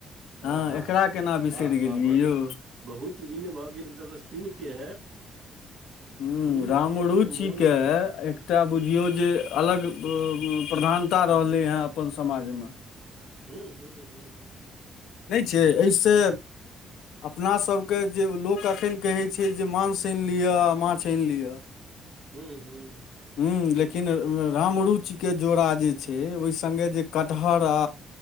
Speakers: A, on the left (about 85°); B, on the right (about 55°).
A: हँ
B: आ हा
A: एकरा
B: हा हा
A: केना बिसरि
B: वाह
A: गेलियै
B: वाह बड
A: यौ
B: बहुत दिन भऽ गेल ई सबसँ सुनि के
A: हूँ
B: सुनि
A: रामरुचि
B: के जे मोन
A: के तै बुझियौ जे अलग प्रधानता रहलै हँ अपन समाजमे
B: हूँ हूँ हूँ हूँ
A: नै छै एहिसे
B: हूँ
A: अपना सबके जे लोक अखन कहै छै जे मांस आनि लिअ आ माछ आनि लिअ
B: हूँ हूँ
A: हूँ लेकिन रामरुच जोड़ा जे छै ओहि संगे जे कटहर आ